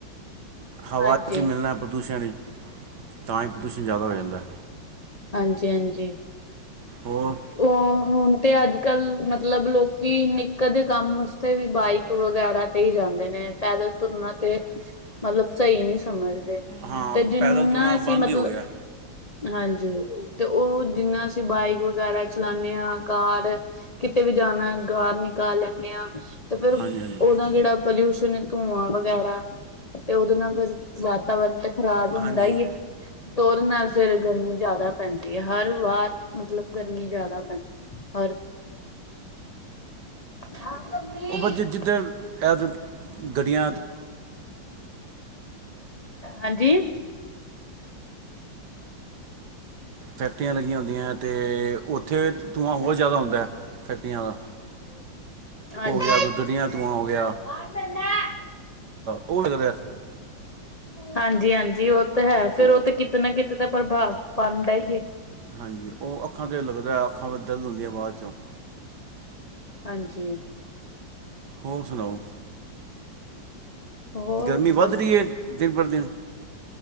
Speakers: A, on the right (about 60°); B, on the left (about 40°).
A: ਹਵਾ
B: ਹਾਂਜੀ-ਹਾਂਜੀ,
A: 'ਚ ਮਿਲਣਾ ਤਾਂ ਪ੍ਰਦੂਸ਼ਣ ਈ, ਤਾਂ ਈ ਪ੍ਰਦੂਸ਼ਣ ਜ਼ਾਦਾ ਹੋ ਜਾਂਦਾ।
B: ਹਾਂਜੀ ਹਾਂਜੀ
A: ਹੋਰ
B: ਓ ਹੁਣ ਤੇ ਅੱਜ ਕੱਲ ਮਤਲਬ ਲੋਕ ਕੀ ਨਿੱਕੇ ਜੇ ਕੰਮ ਵਸਤੇ ਵੀ ਬਾਈਕ ਵਗੈਰਾ ਤੇ ਈ ਜਾਂਦੇ ਨੇ, ਪੈਦਲ ਤੁਰਨਾ ਤੇ
A: <inaudible>
B: ਮਲਬ ਸਈ ਨੀ ਸਮਝਦੇ,
A: ਹਾਂ
B: ਤੇ ਜਿੰਨਾ
A: ਪੈਦਲ ਤੁਰਨਾ
B: ਅਸੀਂ
A: ਬੰਦ
B: ਮਤਲਬ
A: ਹੀ ਹੋ ਗਿਆ
B: ਹਾਂਜੀ ਤੇ ਓ ਜਿੰਨਾ ਅਸੀਂ ਬਾਈਕ ਵਗੈਰਾ ਚਲਾਨੇ ਆਂ, ਕਾਰ ਕਿਤੇ ਵੀ ਜਾਣਾ ਗਾਰ ਨਿਕਾਲ ਲੈਨੇ ਆਂ। ਤੇ ਫੇਰ
A: ਹਾਂਜੀ ਹਾਂਜੀ
B: ਓਨਾ ਜੇੜਾ ਪੋਲਿਊਸ਼ਨ ਏ ਧੂੰਆਂ ਵਗੈਰਾ ਤੇ ਓਦੇ ਨਾਲ ਫੇਰ ਵਾਤਾਵਰਨ ਤੇ ਖ਼ਰਾਬ ਹੁੰਦਾ
A: ਹਾਂਜੀ
B: ਈ ਏ। ਤੇ ਓਦੇ ਨਾਲ ਫੇਰ ਗਰਮੀ ਜ਼ਾਦਾ ਪੈਂਦੀ ਏ, ਹਰ ਵਾਰ ਮਤਲਬ ਗਰਮੀ ਜਾਦਾ ਪੈਂਦੀ। ਹਰ ਹਾਂਜੀ
A: ਉਹ ਬੱਚੇ ਜਿੱਧਰ ਇਹ ਤੇ ਗੱਡੀਆਂ
B: ਹਾਂਜੀ
A: ਫੈਕਟਰੀਆਂ ਲੱਗੀਆਂ ਹੁੰਦੀਆ ਤੇ ਓਥੇ ਧੂੰਆਂ ਹੋਰ ਜਾਦਾ ਹੁੰਦਾ ਫੈਕਟਰੀਆਂ ਦਾ
B: ਹਾਂਜੀ
A: ਹੋ ਗਿਆ। ਕੋਈ ਗੱਡੀਆਂ ਧੂੰਆ ਹੋ ਗਿਆ।
B: <unintelligible>
A: ਉਹ ਲੱਗਦਾ
B: ਹਾਂਜੀ-ਹਾਂਜੀ ਓ ਤੇ ਹੈ ਫੇਰ
A: ਤੂੰ
B: ਓ ਤੇ ਕਿਤੇ ਨਾ ਕਿਤੇ ਤਾਂ ਪ੍ਰਭਾਵ ਪਾਦਾ ਈ ਏ।
A: ਹਾਂਜੀ ਉਹ ਅੱਖਾਂ ਤੇ ਲੱਗਦਾ ਅੱਖਾਂ ਦਰਦ ਹੁੰਦੀਆਂ ਬਾਅਦ ਚੋਂ
B: ਹਾਂਜੀ।
A: ਹੋਰ ਸੁਣਾਓ।
B: ਹੋਰ
A: ਗਰਮੀ ਵੱਧ ਰੀ ਐ ਦਿਨ ਪਰ ਦਿਨ